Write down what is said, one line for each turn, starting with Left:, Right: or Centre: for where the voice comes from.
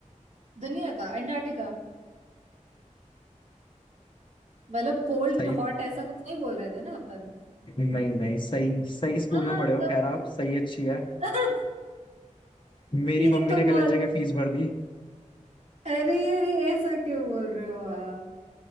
Right: दुनिया का अंटार्कटिका मतलब कोल्ड
Left: सही
Right: हॉट ऐसा कुछ नहीं बोल रहे थे ना अपन
Left: नहीं नहीं सही सही स्कूल
Right: हाँ
Left: में पढ़े हो
Right: तब
Left: खैर आप सही अच्छी है
Right: <laughs>
Left: <laughs> मेरी
Right: ये
Left: मम्मी
Right: तो
Left: ने गलत
Right: बहुत
Left: जगह फीस भर दी
Right: अरे अरे ऐसा क्यों बोल रहे हो आप